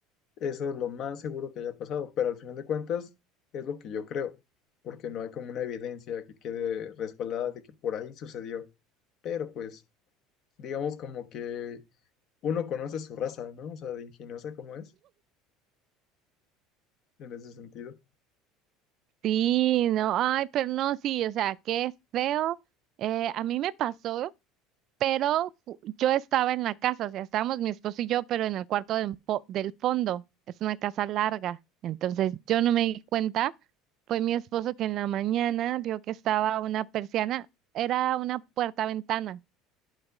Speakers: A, on the left; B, on the right.
A: eso es lo más seguro que haya pasado, pero al final de cuentas es lo que yo creo, porque no hay como una evidencia que quede respaldada de que por ahí sucedió, pero pues digamos como que uno conoce su raza, ¿no? O sea, de ingeniosa como es, en ese sentido.
B: Sí, no, ay, pero no, sí, o sea, qué feo. Eh, a mí me pasó. pero ju- yo estaba en la casa, o sea, estábamos mi esposo y yo, pero en el cuarto del, fo- del fondo. Es una casa larga, entonces yo no me di cuenta. Fue mi esposo que en la mañana vio que estaba una persiana, era una puerta-ventana.